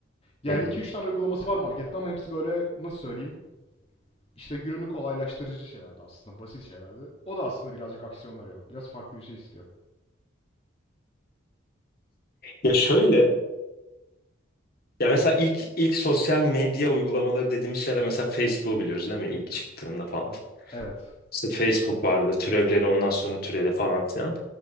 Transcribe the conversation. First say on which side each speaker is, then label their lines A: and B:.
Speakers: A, on the left; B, on the left.
A: Yani
B: hı hı.
A: iki üç tane uygulaması var markette ama hepsi böyle nasıl söyleyeyim? İşte gününü kolaylaştırıcı şeylerdi aslında. Basit şeylerdi. O da aslında birazcık aksiyon arıyor. Biraz farklı bir şey istiyor.
B: Ya şöyle, ya mesela ilk ilk sosyal medya uygulamaları dediğimiz şeyler mesela Facebook'u biliyoruz değil mi? İlk çıktığında falan.
A: Evet.
B: İşte Facebook vardı, türevleri ondan sonra türedi falan filan.